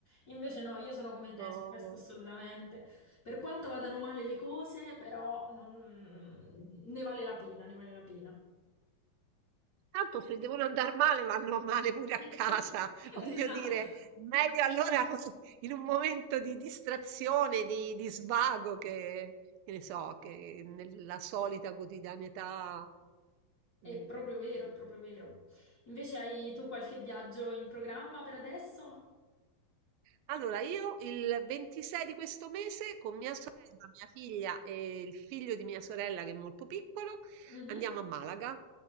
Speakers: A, on the left; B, on the right.
A: Invece no, io sono come
B: no.
A: te su questo assolutamente. Per quanto vadano male le cose, però non- ne vale la pena, ne vale la pena.
B: Tanto se devono andare male, vanno male pure a
A: <laughs>
B: casa. <laughs> Voglio
A: Esatto.
B: dire, meglio allora non so, in un momento di distrazione, di, di svago, che, che ne so, che nella solita quotidianità.
A: È
B: mm,
A: proprio vero, è proprio vero. Invece hai tu qualche viaggio in programma per adesso?
B: Allora, io il 26 di questo mese con mia sorella, mia figlia e il figlio di mia sorella che è molto piccolo
A: Mhm.
B: andiamo a Malaga.